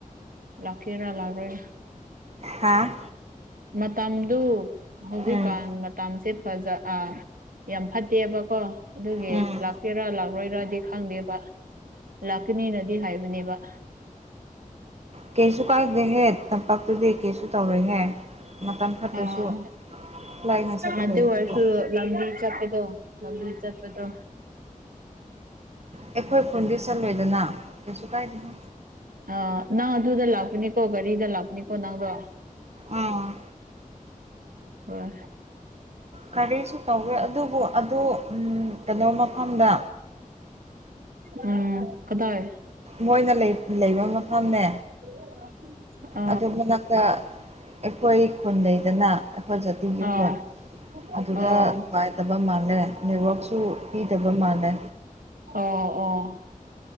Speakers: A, on the right (about 80°); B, on the right (about 50°).
A: ꯂꯥꯛꯀꯦꯔ ꯂꯥꯛꯔꯣꯏꯔ
B: ꯍꯥꯥ
A: ꯃꯇꯝꯗꯨ ꯍꯧꯖꯤꯛꯀꯥꯟ
B: ꯎꯝ
A: ꯃꯇꯝꯁꯦ ꯐꯖ ꯑ ꯌꯥꯝ ꯐꯠꯇꯦꯕꯀꯣ ꯑꯗꯨꯒꯤ
B: ꯎꯝ
A: ꯂꯥꯛꯀꯦꯔꯥ ꯂꯥꯛꯂꯣꯏꯔꯗꯤ ꯈꯪꯗꯦꯕꯥ ꯂꯥꯛꯀꯅꯤꯅꯗꯤ ꯍꯥꯏꯕꯅꯦꯕ
B: ꯀꯩꯁꯨ ꯀꯥꯏꯗꯦꯍꯦ ꯇꯝꯄꯥꯛꯇꯨꯗꯤ ꯀꯩꯁꯨ ꯇꯧꯔꯣꯏꯍꯦ ꯃꯇꯝ ꯐꯠꯇ꯭ꯔꯁꯨ
A: ꯑꯥ
B: ꯂꯥꯏꯅ ꯆꯠꯀꯗꯧꯕꯗꯨꯕꯨ
A: ꯑꯗꯨ ꯑꯣꯏꯔꯁꯨ ꯂꯝꯕꯤ ꯆꯠꯄꯗꯣ ꯂꯝꯕꯤ ꯆꯠꯄꯗꯣ
B: ꯑꯩꯈꯣꯏ ꯈꯨꯟꯗꯤ ꯆꯠꯂꯣꯏꯗꯅ ꯀꯩꯁꯨ ꯀꯥꯏꯗꯦꯍꯦ
A: ꯑ ꯅꯪ ꯑꯗꯨꯗ ꯂꯥꯛꯄꯅꯤꯀꯣ ꯒꯥꯔꯤꯗ ꯂꯥꯛꯄꯅꯤꯀꯣ ꯅꯪꯗꯣ ꯑ
B: ꯑꯥ
A: ꯍꯣꯏ
B: ꯀꯔꯤꯁꯨ ꯇꯧꯔꯣꯏ ꯑꯗꯨꯕꯨ ꯑꯗꯣ ꯎꯝ ꯀꯩꯅꯣ ꯃꯐꯝꯗ
A: ꯎꯝ ꯀꯗꯥꯏ
B: ꯃꯣꯏꯅ ꯂꯩ ꯂꯩꯕ ꯃꯐꯝꯅꯦ
A: <inaudible>
B: ꯑꯗꯨ ꯃꯅꯥꯛꯇ ꯑꯩꯈꯣꯏ ꯈꯨꯟꯗꯩꯗꯅ ꯑꯩꯈꯣꯏꯠ ꯇꯒꯤ
A: ꯑꯥ
B: ꯐꯣꯟ ꯑꯗꯨꯗ
A: ꯑꯣ
B: ꯅꯨꯡꯉꯥꯏ ꯐꯠꯇꯕ ꯃꯥꯜꯂꯦ ꯅꯦꯠꯋꯥꯛꯁꯨ ꯄꯤꯗꯕ ꯃꯥꯜꯂꯦ
A: ꯑꯣ ꯑꯣ